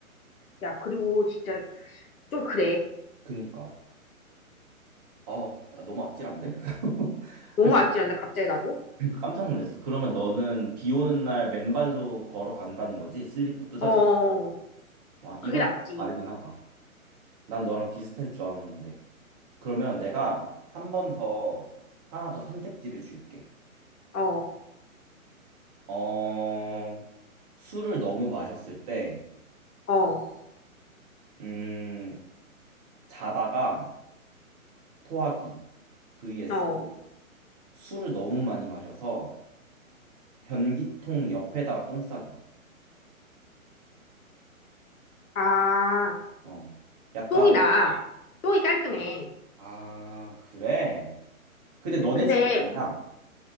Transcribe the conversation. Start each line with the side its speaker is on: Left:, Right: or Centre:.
Left: 야, 그리고 진짜 좀 그래.
Right: 그니까. 어, 아, 너무 아찔한데? <laughs>
Left: 너무
Right: 그래서
Left: 아찔한데, 갑자기 나도?
Right: 깜짝 놀랐어. 그러면 너는 비 오는 날 맨발로 걸어간다는 거지? 슬리퍼 뜯어진.
Left: 어,
Right: 와,
Left: 그게
Right: 이건
Left: 낫지.
Right: 다르긴 하다. 난 너랑 비슷할 줄 알았는데. 그러면 내가 한 번 더, 하나 더 선택지를 줄게.
Left: 어,
Right: 어, 술을 너무 마셨을 때,
Left: 어,
Right: 음, 자다가 토하기 vs
Left: 어.
Right: 술을 너무 많이 마셔서 변기통 옆에다가 똥 싸기.
Left: 아.
Right: 어. 약간
Left: 똥이 나. 똥이 깔끔해.
Right: 아, 그래? 근데 너네
Left: 근데,
Right: 집이 아니야.